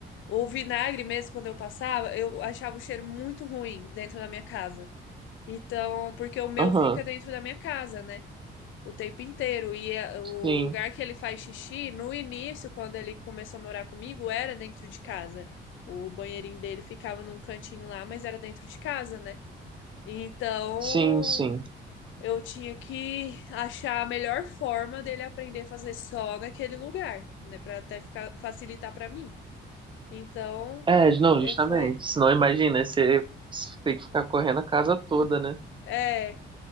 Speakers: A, on the left; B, on the right.
A: o vinagre mesmo, quando eu passava, eu achava o cheiro muito ruim dentro da minha casa. Então, porque o meu
B: Aham,
A: fica dentro da minha casa, né? O tempo inteiro. E é- o
B: sim,
A: lugar que ele faz xixi, no início, quando ele começou a morar comigo, era dentro de casa. O banheirinho dele ficava num cantinho lá, mas era dentro de casa, né? Então,
B: sim, sim.
A: eu tinha que achar a melhor forma dele aprender a fazer só naquele lugar, né? Pra até ficar, facilitar pra mim. Então,
B: É, não,
A: é,
B: justamente.
A: foi.
B: Senão imagina, você você tem que ficar correndo a casa toda, né?
A: É.